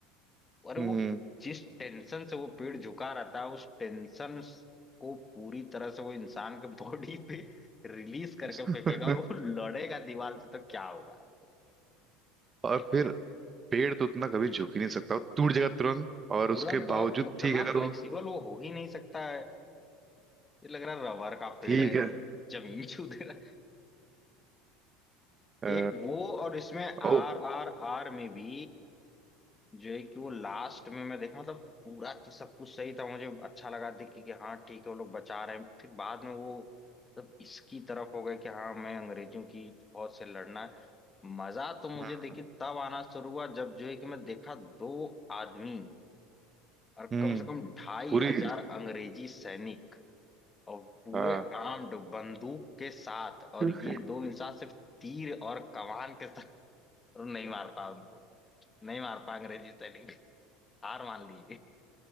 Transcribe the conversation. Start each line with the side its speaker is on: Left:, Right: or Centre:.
Left: और वो
Right: हम्म
Left: जिस टेंशन से वो पेड़ झुका रहता है उस टेंशन को पूरी तरह से वो इंसान के बॉडी पे रिलीज करके
Right: <laughs>
Left: फेंकेगा और वो लड़ेगा दीवार से तो क्या होगा
Right: और फिर पेड़ तो उतना कभी झुक ही नहीं सकता वो टूट जाएगा तुरंत और
Left: तुरंत
Right: उसके
Left: और
Right: बावजूद
Left: उतना
Right: ठीक है अगर
Left: फ्लेक्सिबल
Right: वो
Left: वो हो ही नहीं सकता है ये लग रहा है रबर का पेड़
Right: ठीक
Left: है
Right: है
Left: जमीन छू दे रहा
Right: अ,
Left: है। एक वो और इसमें आर
Right: ओ
Left: आर आर में भी जो है कि वो लास्ट में मैं देखा मतलब पूरा चीज सब कुछ सही था मुझे अच्छा लगा देख के कि हाँ ठीक है वो लोग बचा रहे हैं फिर बाद में वो मतलब इसकी तरफ हो गए कि हाँ मैं अंग्रेजों की फौज से लड़ना है मजा तो मुझे
Right: हाँ,
Left: देखिए तब आना शुरू हुआ जब जो है कि मैं देखा दो आदमी और
Right: हम्म
Left: कम से कम ढाई
Right: पूरी
Left: हजार अंग्रेजी सैनिक और पूरे
Right: हाँ
Left: आर्म्ड बंदूक के साथ और
Right: <laughs>
Left: ये दो इंसान सिर्फ तीर और कमान के साथ नहीं मार पाया उनको नहीं मार पाया अंग्रेजी सैनिक हार मान ली